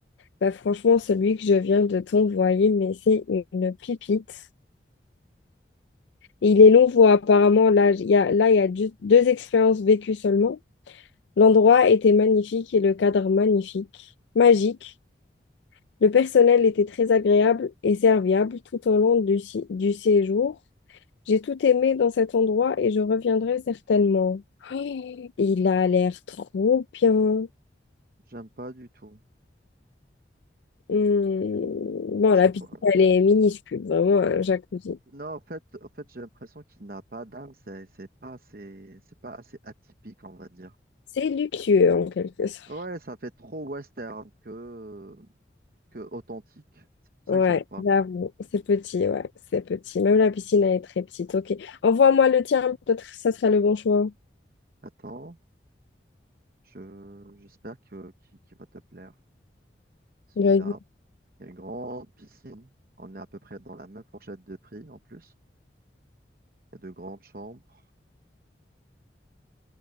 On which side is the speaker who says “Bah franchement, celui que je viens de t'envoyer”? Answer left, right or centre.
Left